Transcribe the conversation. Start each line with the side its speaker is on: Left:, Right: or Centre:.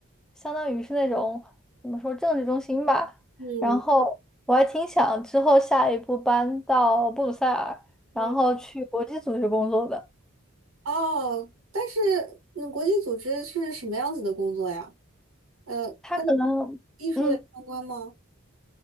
Centre: 相当于是那种怎么说政治中心吧，
Right: 嗯
Centre: 然后我还挺想之后下一步搬到布鲁塞尔，
Right: 嗯。
Centre: 然后去国际组织工作的。
Right: 哦，但是那国际组织是什么样子的工作呀？呃，
Centre: 他可能嗯。
Right: 跟艺术类相关吗？